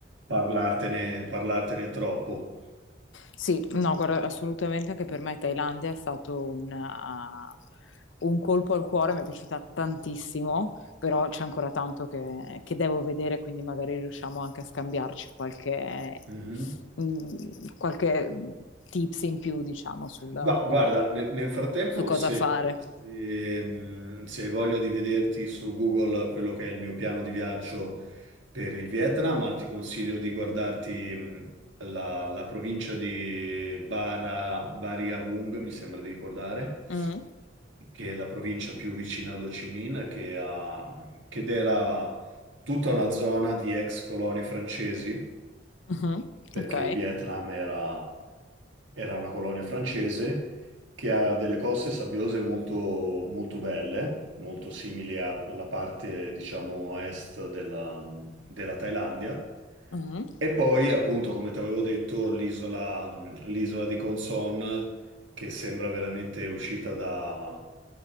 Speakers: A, on the right (about 85°); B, on the left (about 80°).
A: parlartene, parlartene troppo.
B: Sì, no, guarda, assolutamente anche per me Thailandia è stato un, ah, un colpo al cuore, mi è piaciuta tantissimo, però c'è ancora tanto che, che devo vedere, quindi magari riusciamo anche a scambiarci qualche,
A: Mhm.
B: mm, qualche tips in più, diciamo, sul-
A: Ma guarda, ne- nel frattempo,
B: su cosa
A: se,
B: fare.
A: se, mh, se hai voglia di vederti su Google quello che è il mio piano di viaggio per il Vietnam, ma ti consiglio di guardarti mh, la, la provincia di Bara, Bari a Vung, mi sembra di ricordare,
B: Mm,
A: che è la provincia più vicina ad Ho Chi Minh, che, ha- che era tutta una zona di ex colonie francesi
B: mhm,
A: perché
B: ok,
A: il Vietnam era, era una colonia francese che ha delle coste sabbiose molto, molto belle, molto simili a- alla parte, diciamo, est della, della Thailandia.
B: mhm.
A: E poi, appunto, come ti avevo detto, l'isola l'isola di Con Son, che sembra veramente uscita da,